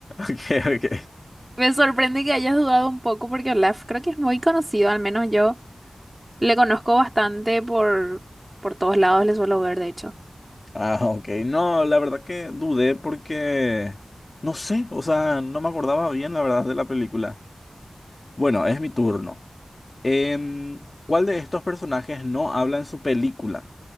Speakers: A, on the left; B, on the right.
A: okay. okay.
B: Me sorprende que hayas dudado un poco porque Olaf creo que es muy conocido, al menos yo le conozco bastante por, por todos lados, le suelo ver de hecho.
A: Ah, ok. No, la verdad que dudé porque no sé, o sea, no me acordaba bien la verdad de la película. Bueno, es mi turno. Em, ¿cuál de estos personajes no habla en su película?